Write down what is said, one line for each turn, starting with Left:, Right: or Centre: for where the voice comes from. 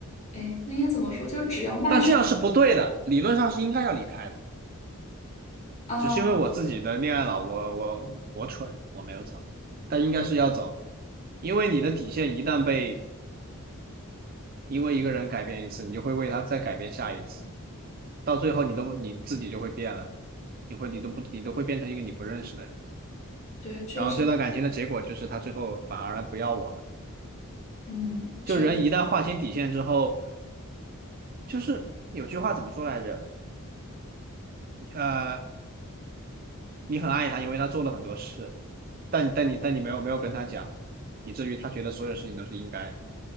Left: 哎，那应该怎么说？就只要迈出
Right: 但这样是不对的，理论上是应该要离开的，
Left: 啊，
Right: 只是因为我自己的恋爱脑，我我我蠢，我没有走，但应该是要走的，因为你的底线一旦被因为一个人改变一次，你就会为他再改变下一次，到最后你都你自己就会变了，你会你都不你都会变成一个你不认识的人，
Left: 对，确实，
Right: 然后这段感情的结果就是他最后反而不要我了，
Left: 嗯，
Right: 就人一旦划清底线之后，
Left: 确。
Right: 就是有句话怎么说来着？呃。你很爱他，因为他做了很多事，但但你但你没有没有跟他讲，以至于他觉得所有事情都是应该的。